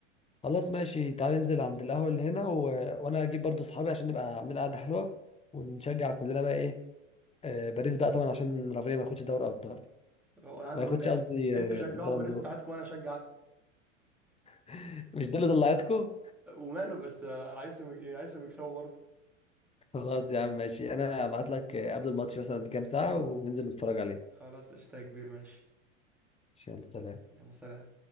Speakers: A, on the left; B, in the centre.
A: خلاص ماشي تعالى ننزل عند القهوة اللي هنا و... وانا اجيب برضو اصحابي عشان نبقى عاملين قعدة حلوة ونشجع كلنا بقى ايه آه باريس بقى طبعا عشان رافينيا ما ياخدش دوري ابطال
B: هو أهم-
A: ما ياخدش قصدي آه،
B: انت شجعه
A: البالون
B: باريس
A: دور
B: براحتكم وانا اشجع
A: <laughs> مش دي اللي طلعتكم
B: وماله بس عايزهم عايزهم يكسبوا برضه
A: خلاص يا عم ماشي انا هبعت لك آه، قبل الماتش مثلا بكام ساعة وننزل نتفرج عليه
B: خلاص قشطة يا كبير ماشي
A: يلا سلام
B: يلا سلام